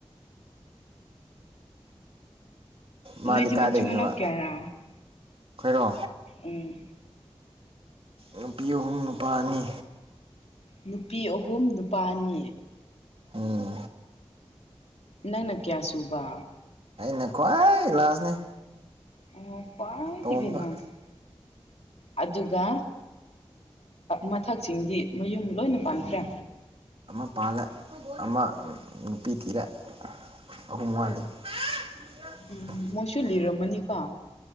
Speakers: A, on the right; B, on the left.
A: ꯃꯥꯗꯤ
B: ꯅꯣꯏꯗꯤ
A: ꯀꯥꯏꯗꯩꯅꯦꯕ
B: ꯃꯆꯤ ꯃꯅꯥꯎ ꯀꯦꯌꯥꯔꯥ
A: ꯑꯩꯈꯣꯏꯔꯣ
B: ꯎꯝ꯫
A: ꯅꯨꯄꯤ ꯑꯍꯨꯝ ꯅꯨꯄꯥ ꯑꯅꯤ꯫
B: ꯅꯨꯄꯤ ꯑꯍꯨꯝ ꯅꯨꯄꯥ ꯑꯅꯤ꯫
A: ꯎꯝ
B: ꯅꯪꯅ ꯀꯌꯥ ꯁꯨꯕ꯫
A: ꯑꯩꯅꯥ ꯈꯋ꯭ꯥꯏ꯫ ꯂꯥꯁꯅꯦ
B: ꯑꯣ ꯈ꯭ꯋꯥꯏꯗꯒꯤ
A: ꯑꯇꯣꯝꯕ꯫
B: ꯂꯥꯁ ꯑꯗꯨꯒ ꯃꯊꯛꯁꯤꯡꯗꯤ ꯃꯌꯨꯝ ꯂꯣꯏꯅ ꯄꯥꯟꯈ꯭ꯔꯦ꯫
A: ꯑꯃ ꯄꯥꯜꯂꯦ ꯑꯃ ꯅꯨꯄꯤ ꯊꯤꯔꯦ ꯑꯍꯨꯝ ꯋꯥꯠꯂꯤ꯫ ꯍ꯫
B: ꯎꯝ
A: <inaudible>
B: ꯃꯣꯏꯁꯨ ꯂꯤꯔꯝꯃꯅꯤꯀꯣ꯫